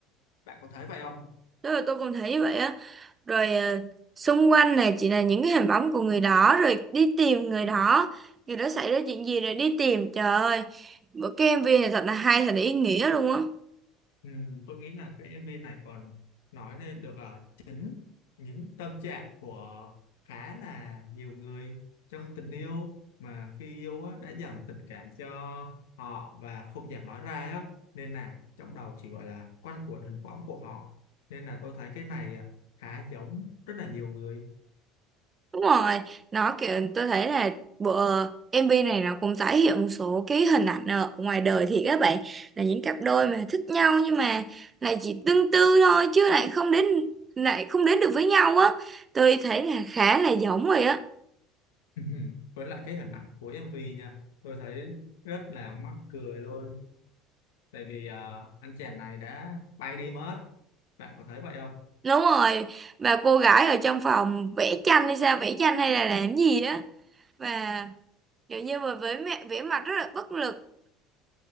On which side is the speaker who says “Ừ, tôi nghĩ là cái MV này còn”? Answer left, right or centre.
Left